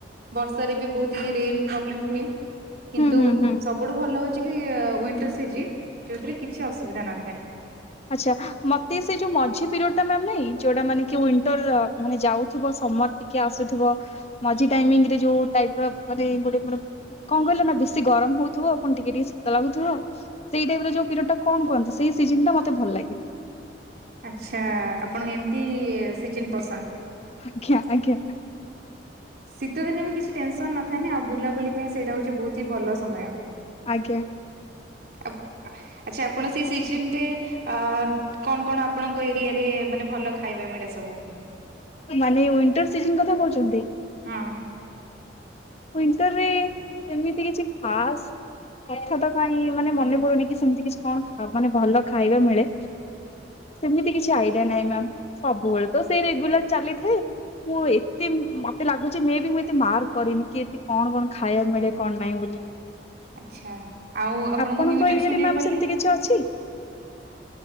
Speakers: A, on the right; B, on the left.
A: ବର୍ଷାରେ ବି ବହୁତ ରେନ୍ ପ୍ରୋବଲେମ ହୁଏ। କିନ୍ତୁ
B: ହୁଁ ହୁଁ ହୁଁ
A: ସବୁଠୁ ଭଲ ହଉଛି କି ୱିଣ୍ଟର ସିଜିନ। ଯୋଉଥିରେ କିଛି ଅସୁବିଧା ନଥାଏ।
B: ଆଛା ମତେ ସେ ଯୋଉ ମଝି ପିରିୟଡ଼ ଟା ମ୍ୟାମ ନାହିଁ ଯୋଉଟା ମାନେ କି ୱିଣ୍ଟର ଅ ମାନେ ଯାଉଥିବ। ସମର ଟିକେ ଆସୁଥିବ ମଝି ଟାଇମିଙ୍ଗ ରେ ଯୋଉ ଟାଇପ ମାନେ ଗୋଟେ କଣ କହିଲନା ବେଶୀ ଗରମ ହଉଥିବ ଆଉ ପୁଣି ଟିକେ ଟିକେ ଶୀତ ଲାଗୁଥିବ ସେଇ ଟାଇପ ର ଯୋଉ ପିରିୟଡ଼ ଟା କଣ କହନ୍ତି ସେଇ ସିଜନ ଟା ମତେ ତେ ଭଲ ଲାଗେ।
A: ଆଛା ଆପଣଙ୍କ ଏମତି ସିଜିନ ପସନ୍ଦ।
B: ଆଜ୍ଞା ଆଜ୍ଞା।
A: ଶୀତ ଦିନେ ବି କିଛି ଟେନସନ ନଥାଏ ନା ଆଉ ବୁଲାବୁଲି ପାଇଁ ସେଇଟା ହଉଛି ବହୁତ ହି ଭଲ ସମୟ।
B: ଆଜ୍ଞା।
A: ଆଉ ଆ ଆଛା ଆପଣ ସେ ସିଜନରେ ଆ କଣ କଣ ଆପଣଙ୍କ ଏରିଆରେ ମାନେ ଭଲ ଖାଇବା ମି ମିଳେ ସବୁ
B: ମାନେ ୱିଣ୍ଟର ସିଜନ କଥା କହୁଛନ୍ତି?
A: ହଁ।
B: ୱିଣ୍ଟରରେ ସେମିତି କିଛି ଖାସ୍ କଥା ତ କାଇଁ ମାନେ ମନେ ପଡୁନି କି ସେମତି କିଛି କଣ ମାନେ ଭଲ ଖାଇବା ମିଳେ। ସେମିତି କିଛି ଆଇଡିଆ ନାହିଁ ମ୍ୟାମ୍, ସବୁବେଳେ ତ ସେଇ ରେଗୁଲାର ଚାଲିଥାଏ ମୁଁ ଏ ମତି ମତେ ଲାଗୁଛି ମେ ବି ମୁଁ ଏତେ ମାର୍କ କରିନି କି ଏଠି କଣ କଣ ଖାଇବା ମିଳେ କଣ ନାହିଁ ବୋଲି।
A: ଆଚ୍ଛା ଆଉ ଆପଣଙ୍କୁ
B: ଆପଣଙ୍କ
A: ମ୍ୟୁଜିକ
B: ଏରିଆରେ
A: ଶୁଣିବାକୁ
B: ମ୍ୟାମ୍
A: ଭଲ
B: ସେମତି
A: ଲାଗେ?
B: କିଛି ଅଛି?
A: <unintelligible>